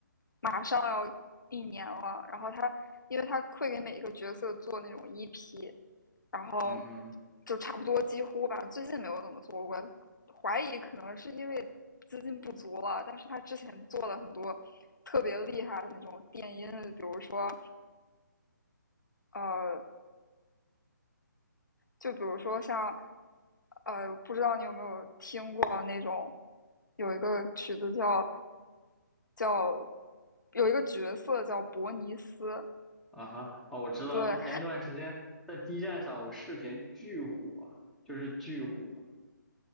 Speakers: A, on the left; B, in the centre.
A: 马上要一年了。然后他，因为他会给每一个角色做那种 EP，然后
B: 嗯哼，
A: 就差不多几乎吧，最近没有怎么做过，怀疑可能是因为资金不足了。但是他之前做了很多特别厉害的那种电音，比如说呃就比如说像，呃，不知道你有没有听过那种，有一个曲子叫叫，有一个角色叫伯尼斯，
B: 啊哈，哦，我知道，
A: 对，
B: 它前一段时间在 B 站上有视频巨火，就是巨火。